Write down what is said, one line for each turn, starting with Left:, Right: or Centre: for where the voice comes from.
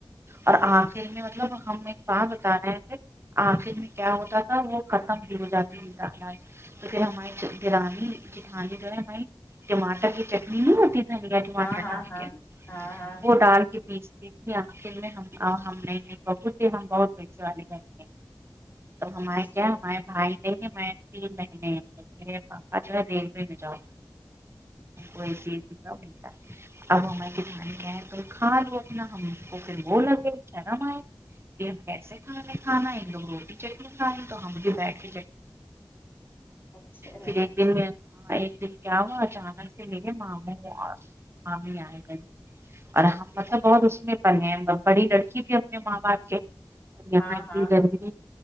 Right: اور آخر میں مطلب ہم وہاں بتا رہے ہیں تھ آخر میں کیا ہوتا تھا وہ ختم بھی ہو جاتی تھیال تو پھر ہماری دیورانی جیٹھانی جو ہے ہماری ٹماٹر کی چٹنی نہیں ہوتی دھنیا ٹماٹر
Left: ہاں ہاں
Right: ڈال
Left: ہاں
Right: کے
Left: ہاں ہاں
Right: وہ ڈال کے پیس دیکھ آے میں ہم نہیں ببوتے ہم بہت پیسے والے کرتے ہیں تو ہمے
Left: اچھا
Right: کیا ہمارے بھائی نہیں ہی میں تین مہینے میرے پاپا جو ہے دل میں میں جاؤ ویسی ای س کا نہیںتا اب ہمار کھانی کیا ہے تو کھا لو اپنا ہم کو پھر وہ لگے شرم آئے یہ ہمب کیسے کھانا کھانا ہے لو روٹی چٹنی کھیں تو ہم مجھے بیٹھ
Left: اچھا
Right: پھر
Left: اچھا
Right: ایک دن ہاں ایک دن کیا ہوا اچانک سے میرے ماموں مامی آئے گئے اور ہم مطلب بہت اس میں پ ہیں بڑی لڑکی تھی اپنے ماں باپ کے اور یہاں
Left: ہاں
Right: اتنی
Left: ہاں
Right: گرمی